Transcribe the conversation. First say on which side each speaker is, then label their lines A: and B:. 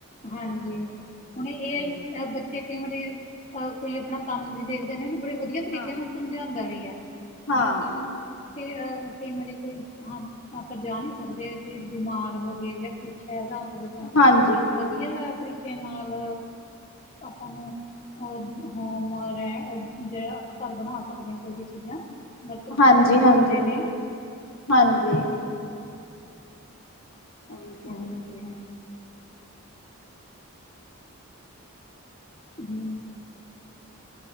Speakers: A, on the left; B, on the left.
A: ਹਾਂਜੀ, ਹੁਣ ਏ
B: ਆਏ
A: ਆਈ ਬੱਚੇ। ਕਿਵੇ ਦੇ ਅ, ਕੋਈ ਆਪਣਾ ਕੰਮ ਵੀ ਦੇਖਦੇ ਨਾ ਇਹਨੂੰ ਬੜੇ ਵਧੀਆ ਤਰੀਕੇ
B: ਹਾਂ
A: ਨਾਲ ਸਮਝਾਉਂਦਾ ਵੀ ਹੈ।
B: ਹਾਂ
A: ਹੁਣ ਆਪਾਂ ਨੂੰ ਅ ਕਈ ਵਾਰੀ ਕੋਈ ਆਪ। ਆਪਾਂ ਜਾ ਨਹੀਂ ਸਕਦੇ ਕਿ ਬਿਮਾਰ ਹੋ ਗਏ ਜਾਂ ਕੁੱਛ ਹੈ, ਰਾਤ ਦੇ ਟਾਈਮ।
B: ਹਾਂਜੀ।
A: ਵਧੀਆ ਤਰੀਕੇ ਨਾਲ, ਆਪਾਂ ਨੂੰ। ਔਰ <unintelligible> ਆਪਾਂ ਘਰ ਬਣਾ ਸਕਦੇ ਹਾਂ ਕੋਈ ਵੀ ਚੀਜ਼ਾਂ। ਵਰਤ ਸਕਦੇ
B: ਹਾਂਜੀ
A: ਹਾਂ ਦੱਸਦੇ
B: ਹਾਂਜੀ
A: ਨੇ
B: ਹਾਂਜੀ। ਉਹੀ ਤੇ
A: ਹਾਂਜੀ। ਹੂੰ